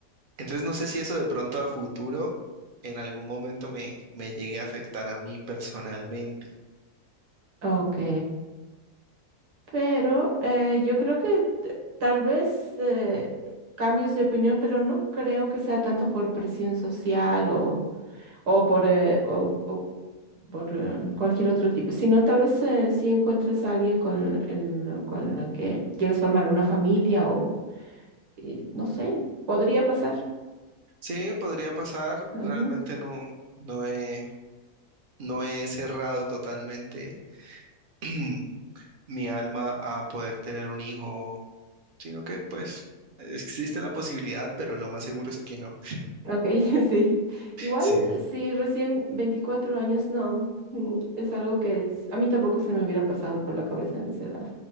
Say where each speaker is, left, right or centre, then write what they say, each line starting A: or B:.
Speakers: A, on the right; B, on the right.
A: Entonces no sé si eso de pronto a futuro en algún momento me, me llegue a afectar a mí personalmente.
B: ok. Pero eh, yo creo que t- tal vez eh, cambios de opinión, pero no creo que sea tanto por presión social o, o por, eh, o, o por eh, cualquier otro tipo, sino tal vez eh, si encuentres a alguien con el, con la que quieres formar una familia o eh, no sé, podría pasar.
A: Sí, podría pasar,
B: Ujú.
A: realmente no, no he, no he cerrado totalmente <clears throat> mi alma a poder tener un hijo, sino que pues existe la posibilidad, pero lo más seguro es que no.
B: Ok, <laughs> sí. Igual,
A: Sí,
B: si recién 24 años, no, mm, es algo que es- a mí tampoco se me hubiera pasado por la cabeza en esa edad.